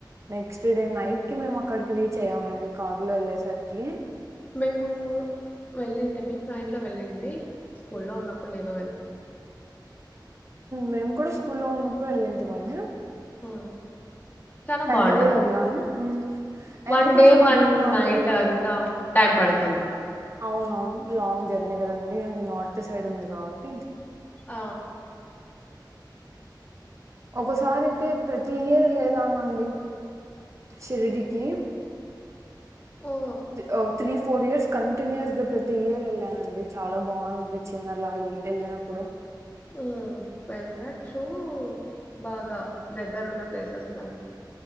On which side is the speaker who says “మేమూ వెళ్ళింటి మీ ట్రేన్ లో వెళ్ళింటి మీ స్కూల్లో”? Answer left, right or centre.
Left